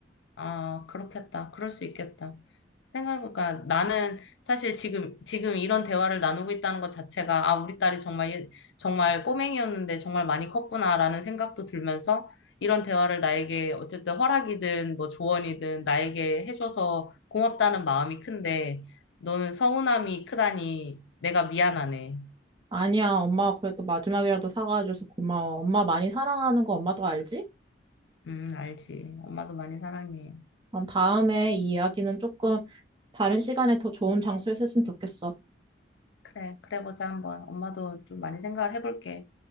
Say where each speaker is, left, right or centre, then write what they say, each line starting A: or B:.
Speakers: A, on the left; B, on the right.
A: 아, 그렇겠다. 그럴 수 있겠다. 생각해보니까 나는 사실 지금, 지금 이런 대화를 나누고 있다는 것 자체가, 아, 우리 딸이 정말, 예- 정말 꼬맹이였는데 정말 많이 컸구나라는 생각도 들면서 이런 대화를 나에게 어쨌든 허락이든 뭐 조언이든 나에게 해줘서 고맙다는 마음이 큰데 너는 서운함이 크다니 내가 미안하네.
B: 아니야, 엄마가 그래도 마지막이라도 사과해줘서 고마워. 엄마 많이 사랑하는 거 엄마도 알지?
A: 음, 알지. 엄마도 많이 사랑해.
B: 그럼 다음에 이 이야기는 조금 다른 시간에 더 좋은 장소에 했으면 좋겠어.
A: 그래, 그래 보자, 한번. 엄마도 좀 많이 생각을 해볼게.